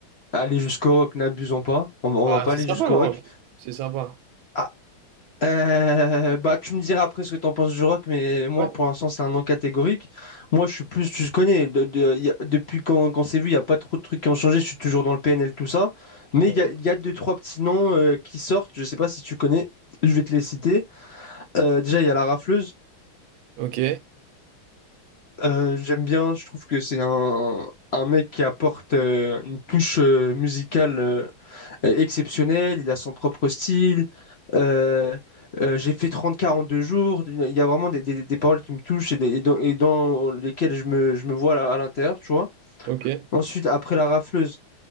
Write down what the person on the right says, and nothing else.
Ah,
c'est
sympa la robe.
C'est sympa.
Ouais.
Ouais.
Ok,
ok.